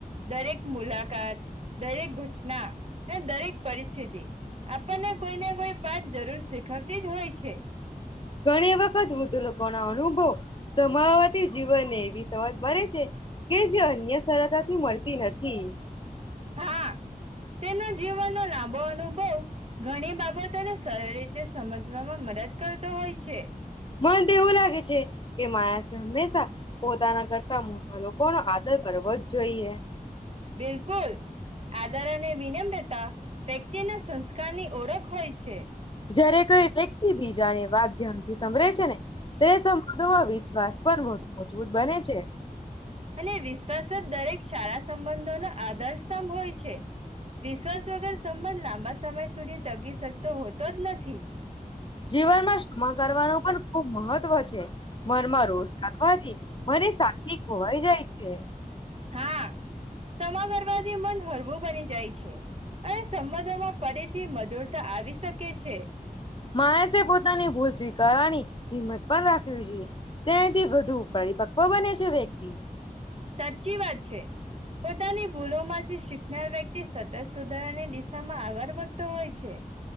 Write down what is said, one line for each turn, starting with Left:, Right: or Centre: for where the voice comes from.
Right: દરેક મુલાકાત, દરેક ઘટના અને દરેક પરિસ્થિતિ આપણને કોઈને કોઈ પાઠ જરૂર શીખવતી જ હોય છે.
Left: ઘણી વખત વૃદ્ધ લોકો ના અનુભવ સમાવાતી જીવનને એવી સમજ બે છે કે જે અન્ય સરળતાથી મળતી નથી.
Right: હા તેના જીવનનો લાંબો અનુભવ ઘણી બાબતોને સરળ રીતે સમજવામાં મદદ કરતો હોય છે.
Left: મન તો એવું લાગે છે કે મા હમેશા પોતાના કરતા મોટા લોકોનો આદર કરવો જ જોઈએ.
Right: બિલકુલ આદર અને વિનમ્રતા વ્યક્તિના સંસ્કારની ઓળખ હોય છે.
Left: જય્યારે કોઈ વ્યક્તિ બીજાને વાત ધ્યાન થી સાંભળે છ છે ને. તે સમબંધોમાં વિશ્વાસ પણ વધુ મજબૂત બને છે. છે.
Right: અને વિશ્વાસ જ દરેક શાળા સંબંધોનો આધાર સ્તંભ હોય છે. વિશ્વાસ વગર સંબંધ લાંબા સમય સુધી ટકી શકતો હોતો જ નથી.
Left: જીવનમાં ક્ષમા કરવાનું પણ ખૂબ મહત્વ છે. મનમાં રોષ રાખવાથી મને શાંતિ ખોવાઈ જાય છે.
Right: હા શમા કરવાથી મન હળવું બની જાય છે અને સંબંધોમાં ફરીથી મધુરતા આવી શકે છે.
Left: માણસે પોતાની ભૂલ સ્વીકારવાની હિંમત પણ રાખવી જોઈએ તેથી વધુ પરિપક્વ બને છે વ્યક્તિ.
Right: સાચી વાત છે. પોતાની ભૂલોમાંથી શીખનાર વ્યક્તિ સતત સુધારાની દિશામાં આગળ વધતો હોય છે.